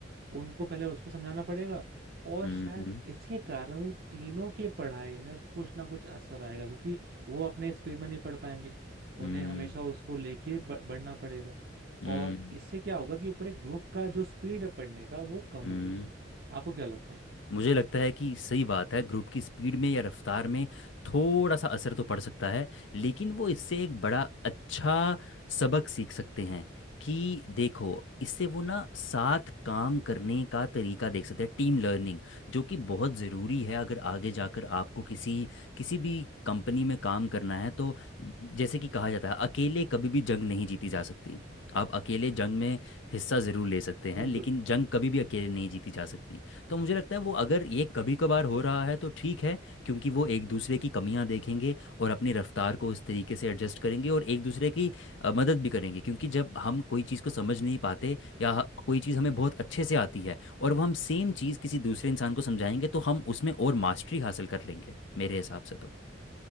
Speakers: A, on the right (about 55°); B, on the left (about 75°).
A: उनको पहले उसको समझाना पड़ेगा और
B: हम्म
A: शायद इसके कारण वो तीनों के पढ़ाई में कुछ ना कुछ असर आएगा क्योंकि वो अपने स्पीड में नहीं पढ़ पाएंगे
B: हम्म
A: उन्हें हमेशा उसको लेके ब- बढ़ना पड़ेगा
B: हम्म
A: और इससे क्या होगा कि पूरे ग्रुप का जो स्पीड है पढ़ने का वो कम
B: हम्म
A: हो जाएगा आपको क्या लगता है
B: मुझे लगता है कि सही बात है ग्रुप की स्पीड में या रफ्तार में थोड़ा सा असर तो पड़ सकता है लेकिन वो इससे एक बड़ा अच्छा सबक सीख सकते हैं कि देखो इससे वो ना साथ काम करने का तरीका देख सकते हैं टीम लर्निंग जो कि बहुत ज़रूरी है अगर आगे जाकर आपको किसी किसी भी कंपनी में काम करना है तो जैसे कि कहा जाता है अकेले कभी भी जंग नहीं जीती जा सकती आप अकेले जंग में हिस्सा ज़रूर ले सकते हैं
A: बिल्कुल
B: लेकिन जंग कभी भी अकेले नहीं जीती जा सकती तो मुझे लगता है वो अगर ये कभी कभार हो रहा है तो ठीक है क्योंकि वो एक दूसरे की कमियां देखेंगे और अपनी रफ्तार को उस तरीके से एडजस्ट करेंगे और एक दूसरे की अ, मदद भी करेंगे क्योंकि जब हम कोई चीज़ को समझ नहीं पाते या ह- कोई चीज़ हमें बहुत अच्छे से आती है और वो हम सेम चीज़ किसी दूसरे इंसान को समझाएंगे तो हम उसमें और मास्टरी हासिल कर लेंगे मेरे हिसाब से तो